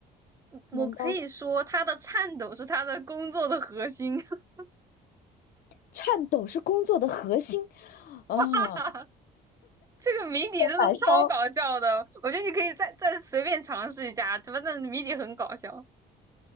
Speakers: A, on the right; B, on the left.
A: 我我可以说他的颤抖是他的工作的核心，
B: 难道
A: <laughs>
B: 颤抖是工作的核心？啊、
A: 哈哈哈。这个谜底真的超搞笑的，
B: 白烧，
A: 我觉得你可以再再随便尝试一下，反正谜底很搞笑。